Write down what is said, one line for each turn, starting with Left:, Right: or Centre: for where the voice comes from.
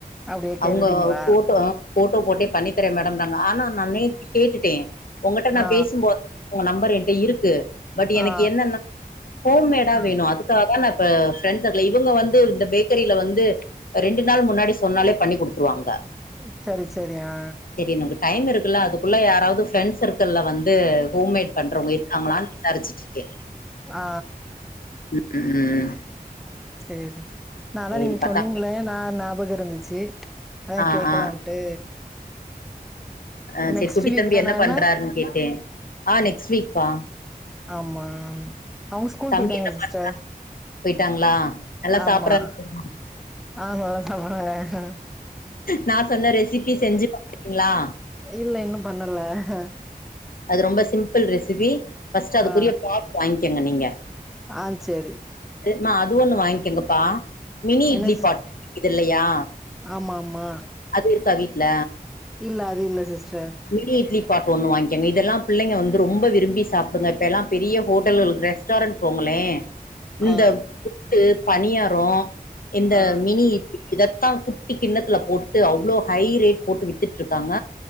Centre: அப்டியே கேட்டுட்டீங்களா
Left: அவுங்க போட்டோ போட்டோ போட்டே பண்ணி தரேன் மேடம் தாங்க ஆனா நான் நேத்தி கேட்டுட்டேன் உங்கிட்ட நான்
Centre: ஆ
Left: பேசும்போ உங்க நம்பர் என்கிட்ட இருக்கு பட் எனக்கு
Centre: ஆ
Left: என்னன்ன ஹோம்மேடா
Centre: ஆ
Left: வேணும் அதுக்காக நான் இந்த ப்ரெண்ட் சர்க்கள இவங்க வந்து இந்த பேக்கரியில வந்து ரெண்டு நாள் முன்னாடி சொன்னாலே பண்ணி குடுத்துருவாங்க
Centre: ம் சரி சரி ஆ
Left: சரி நமக்கு டைம் இருக்குல்ல அதுக்குள்ள யாராவது ஃப்ரெண்ட் சர்க்கிள்ல வந்து ஹோம்மேட் பண்றவங்க இருக்காங்களான்னு விசாரிச்சுட்டு இருக்கே
Centre: ஆ
Left: ம் ம்
Centre: சேரி நா
Left: சரி
Centre: தான் நீங்க
Left: பாத்தா
Centre: சொன்னீங்களே நான் ஞாபக இருந்துச்சு அதா
Left: ஆ
Centre: கேக்கலான்ட்டு
Left: ஆ ஆ
Centre: நெக்ஸ்ட்
Left: செரி குட்டி
Centre: வீக்
Left: தம்பி
Centre: தானேன
Left: என்ன பண்றாருன்னு கேட்டே ஆ நெக்ஸ்ட் வீக்பா
Centre: ஆமா அவுங்க ஸ்கூல்
Left: தம்பி
Centre: போயிட்டாங்க
Left: என்ன
Centre: சிஸ்டர்
Left: பண் போயிட்டாங்களா நல்லா
Centre: ஆமா
Left: சாப்பறாங்க
Centre: அ நல்லா சாப்பிடுவாங்க‌ அ
Left: நா சொன்ன ரெசிபி செஞ்சு பாத்திருக்கீங்களா
Centre: இல்ல இன்னும் பண்ணல ஹ
Left: அது ரொம்ப சிம்பிள் ரெசிபி ஃபஸ்ட் அதுக்குரிய
Centre: ஆ
Left: பாப் வாங்கிக்கங்க நீங்க
Centre: ஆ சேரி
Left: மா அது ஒண்ணு வாங்கிக்கங்கப்பா மினி
Centre: என்ன
Left: இட்லி
Centre: சிஸ்
Left: பாட் இருக்குது இல்லையா
Centre: ஆமா ஆமா
Left: அது இருக்கா வீட்ல
Centre: இல்ல அது இல்ல சிஸ்டர்
Left: மினி இட்லி பாட் ஒண்ணு வாங்கிக்கோங்க இதெல்லா பிள்ளைங்க வந்து ரொம்ப விரும்பி சாப்பிடுங்க இப்ப எல்லா பெரிய ஹோட்டல்களுக்கு ரெ ஸ்டாரண்ட் போங்களே இந்த
Centre: ஆ
Left: புட்டு பணியாரோ இந்த
Centre: ஆ
Left: மினி இ இதத்தா குட்டி கிண்ணத்துல போட்டுட்டு அவ்ளோ ஹை ரேட் போட்டு வித்துட்டு இருக்காங்க